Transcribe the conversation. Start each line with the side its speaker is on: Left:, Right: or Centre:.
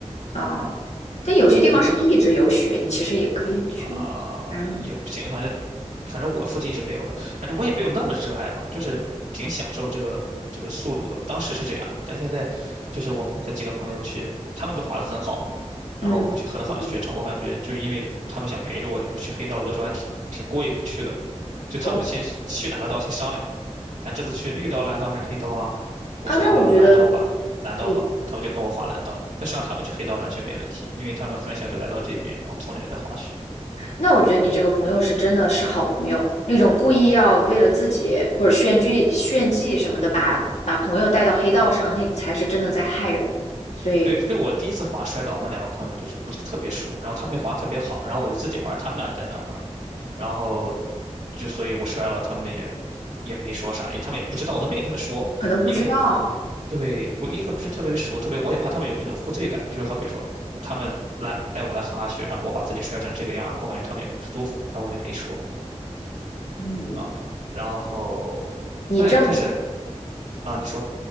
Left: 啊。但有些地方是不是一直有雪？
Right: 对吧？
Left: 你其实也可以去。
Right: 啊、
Left: 嗯
Right: 也不行，反正反正我附近是没有的，反正我也没有那么热爱吧，就是挺享受这个这个速度的。当时是这样啊，但现在就是我们跟几个朋友去，他们都滑得很好嘛，然后我们去很好的雪场，
Left: 嗯嗯，
Right: 我感觉就因为他们想陪着我，就不去黑道，有的时候还挺挺过意不去的。就他们先去哪个道先商量，
Left: 我
Right: 咱这次去绿道、蓝道还是黑道啊？我说蓝道吧，
Left: 啊，那我觉得
Right: 蓝道吧，
Left: 你，
Right: 那他们就跟我滑蓝道，但实际上他们去黑道完全没问题，因为他们很小就来到这边，然后从小就在滑雪。
Left: 那我觉得你这个朋友是真的是好朋友，那种故意要为了自己或者炫技炫技什么的，把把朋友带到黑道上，那才是真的在害人。所以
Right: 对，就我第一次滑摔倒，那两个朋友就是不是特别熟，然后他们滑特别好，然后我就自己玩，他们俩在那玩，然后就所以我摔了，他们也也没说啥，因为他们也不知道，我都没给他们说，
Left: 可能不知道。
Right: 因为对不一个不是特别熟，特别我也怕他们有那种负罪感，就是好比说他们来带我来哈哈雪，然后我把自己摔成这个样儿我感觉他们也会不舒服，然后我就没说
Left: 嗯，
Right: 啊，然后但但是
Left: 你这儿
Right: 啊，你说